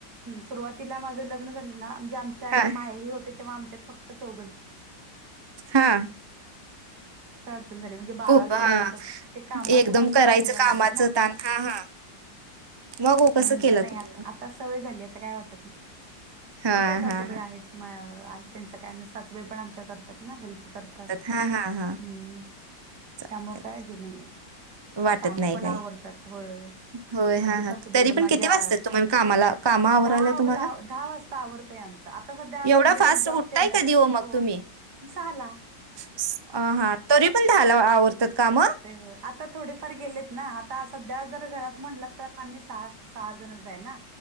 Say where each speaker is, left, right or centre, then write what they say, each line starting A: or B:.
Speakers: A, on the right; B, on the right.
A: सुरुवातीला माझ ल झाे आमच्या
B: हा
A: माहेरी होते तेव्हा आमच्यात फक्तच ह
B: हा
A: म्हणजे बारा
B: खूप हा
A: जणच ते कामाच
B: एकदम
A: पण जरा
B: करायचं
A: घय
B: कामाचं
A: लागलं ना
B: ताण हा हा मग हो कसं
A: म्हणंतर
B: केलं
A: नाही
B: तुम्ही
A: आता
B: मग
A: आता सवय झाली आता काय वाटत
B: हा
A: हो त्या सासूबाई
B: हा हा
A: आहेत त्यांच काय सासूबाई पण आमच्या करतात ना हेल्प. करतात
B: हा हा हा
A: हम्म.
B: चालतंय
A: त्यामुळे काय हे नाहीये
B: वाटत
A: काम
B: नाही
A: पण
B: काही
A: आवरतात होय.
B: होय
A: माझी
B: हा
A: सासूबाई
B: हा तरी
A: पण माझ्या
B: किती वाजतात तुम्हाला कामाला कामा आवरायला
A: दहा
B: तुम्हाला
A: दहा वाजता आवरते. आमच आता सध्या
B: एवढा
A: सगळे
B: फास्ट
A: जण जॉब
B: उठताय कधी मग
A: हो.
B: तुम्ही
A: साहा ला.
B: स- अं, हा तरी पण दहाला आवरतात काम?
A: होय आता थोडेफार गेलेत ना आता सध्या जर घरात म्हटलं तर. आही स सहा सहा जणच आहे ना,